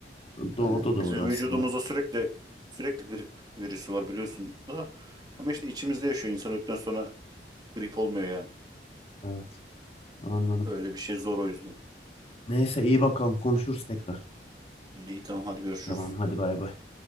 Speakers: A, on the left; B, on the right.
A: Do
B: Yani
A: o da doğru
B: bizim
A: aslında.
B: vücudumuzda sürekli sürekli grip virüsü var biliyorsun da. Ama işte içimizde yaşıyor. İnsan öldükten sonra grip olmuyor yani.
A: Evet. Anladım.
B: Öyle bir şey zor o yüzden.
A: Neyse iyi bakalım konuşuruz tekrar.
B: İyi tamam hadi görüşürüz.
A: Tamam hadi bay bay.